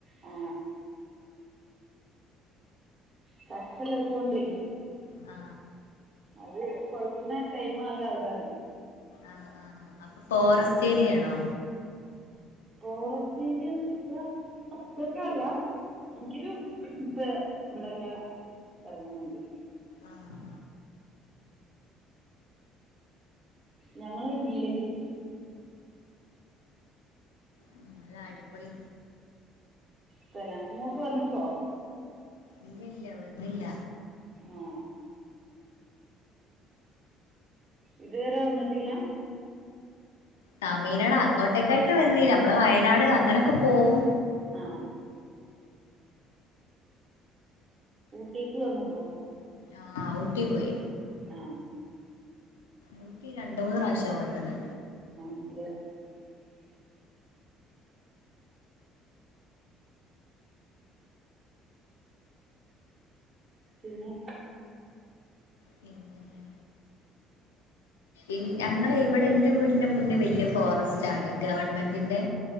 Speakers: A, on the right; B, on the left.
A: ആ ചാക്കോള്ളത് കൊണ്ടേ
B: ആ
A: അത് കൊഴിക്ക്ണ ടൈമായാ അവരറിയും
B: ആ ആ അപ്പൊ ഫോറസ റ്റ് ഏരിയണോ
A: ഫോറസ്റ്റ് ഏരിയേന്ന് ചോയ്ച്ചാ അത്രക്കല്ല എങ്കിലും ഇപ്പ ഇവിടെല്ലേ ഏറങ്ങുന്നുണ്ട്
B: ആഹ്
A: ഞങ്ങള് നീലഗിരി
B: ഉം നല്ല അടിപൊളി
A: സ്ഥലാ ഇങ്ങോട്ട് വന്ന്ക്കൊ
B: ഇല്ല ഇല്ല വന്നില്ല
A: ആ ഇത് വരെ വന്നിട്ടില്ലാ
B: തമീനാട് അങ്ങോട്ടേക്കായിട്ട് വന്നീലാ അമ്മള് വയനാട് അങ്ങനൊക്കെ പോകു
A: ആ ഊട്ടീക്ക് വന്ന്ക്കോ
B: ആ ഊട്ടി പോയി
A: ആ
B: ഊട്ടി രണ്ട് മൂന്ന്റാശ്യ വന്ന്ണ്
A: <unintelligible> പിന്നെ
B: പിന്നേ ഇൻ ഞങ്ങളെ ഇവിടെ ഇന്റെ വീടിന്റെ മുന്നേ വല്യ ഫോറസ്റ്റ് ആണ് ഗവൺമെന്റിന്റെ